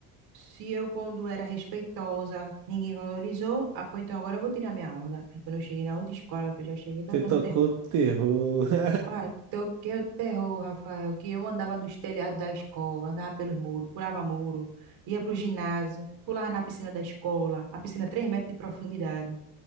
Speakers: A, on the right (about 60°); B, on the right (about 45°).
A: se eu, quando era respeitosa, ninguém valorizou, ah, pô, então agora eu vou tirar minha onda. Aí quando eu cheguei na outra escola, eu já cheguei tocando
B: Você tocou
A: terror.
B: terror. <laughs>
A: Ah, toquei o terror, Rafael, que eu andava nos telhados da escola, andava pelos muros, pulava muro, ia pro ginásio, pulava na piscina da escola, a piscina 3 metros de profundidade.